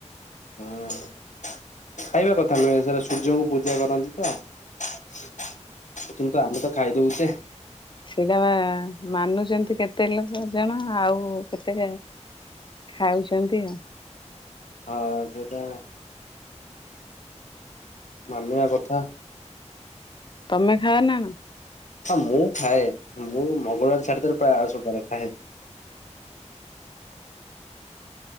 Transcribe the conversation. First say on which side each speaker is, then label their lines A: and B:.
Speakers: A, on the left; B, on the left.
A: ହଁ। ଖାଇବା କଥା ନୁହେଁ ସେଟା ସୂର୍ଯ୍ୟଙ୍କୁ ପୂଜା କରନ୍ତି ତ। କିନ୍ତୁ ଆମେ ତ ଖାଇ ଦଉଛେ।
B: ସେଟା ବା ମାନୁଚନ୍ତି କେତେ ଲୋକ ଜଣ ଆଉ କେତେ ଖାଉଛନ୍ତି ଆଉ।
A: ହଁ ସେଇଟା ମାନିବା କଥା
B: ତମେ ଖାଅ ନା ନା
A: ହଁ ମୁଁ ଖାଏ ମୁଁ ମଙ୍ଗଳବାର ଛାଡ଼ି ଦେଲେ ପ୍ରାୟ ସପ୍ତାହରେ ଖାଏ